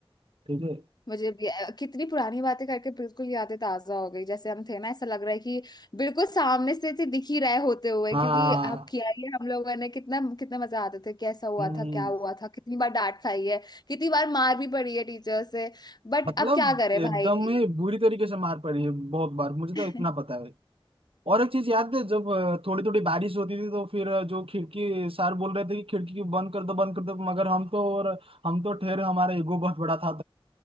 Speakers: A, on the right; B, on the left.
A: ठीक है
B: मुझे भी कितनी पुरानी बातें करके बिल्कुल यादें ताजा हो गई जैसे हम थे ना ऐसा लग रहा है कि बिल्कुल सामने से थे दिख ही रहे होते हुए
A: हाँ
B: क्योंकि अब किया ही है हम लोगों ने कितना कितना मजा आते थे कैसा हुआ
A: हम्म,
B: था क्या हुआ था कितनी बार डांट खाई है कितनी बार मार भी पड़ी है टीचर से बट
A: मतलब
B: अब क्या करे
A: एकदम
B: भाई
A: ही बुरी तरीके से मार पड़ी है बहुत बार मुझे तो
B: <laughs>
A: इतना पता है और एक चीज याद है जब थोड़ी थोड़ी बारिश होती थी तो फिर अ, जो खिड़की सर बोल रहे थे कि खिड़की की बंद कर दो बंद कर दो मगर हम तो और हम तो ठहरे हमारा ईगो बहुत बड़ा था